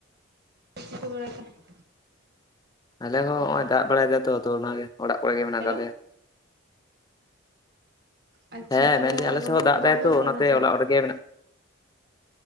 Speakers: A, on the right; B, on the left.
A: <unintelligible>
B: ᱟᱞᱮ ᱦᱚᱸ ᱦᱚᱸᱜ ᱚᱭ ᱫᱟᱜ ᱵᱟᱲᱟᱭ ᱫᱟᱭ ᱛᱚ ᱛᱚ ᱚᱱᱟᱜ ᱚᱲᱟᱜ ᱠᱚᱨᱮ ᱜᱮ ᱢᱮᱱᱟᱜ
A: ᱦᱮᱞᱳ
B: ᱟᱠᱟᱫ ᱞᱮᱭᱟ᱾
A: ᱟᱪᱪᱷᱟ
B: ᱦᱮᱸ
A: ᱛᱟᱦᱚᱞᱮ
B: ᱢᱮᱱᱫᱟᱹᱧ ᱟᱞᱮᱥᱮᱫ
A: ᱨᱚᱦᱚᱭ
B: ᱦᱚᱸ ᱫᱟᱜ
A: ᱠᱚᱫᱚ
B: ᱫᱟᱭ
A: ᱦᱩᱭ
B: ᱛᱚ
A: ᱵᱟᱲᱟᱭᱮᱱᱟ
B: ᱚᱱᱟᱛᱮ
A: ᱥᱮ
B: ᱚᱲᱟᱜ
A: ᱵᱟᱝ?
B: ᱨᱮᱜᱮ ᱢᱮᱱᱟᱜᱼᱼ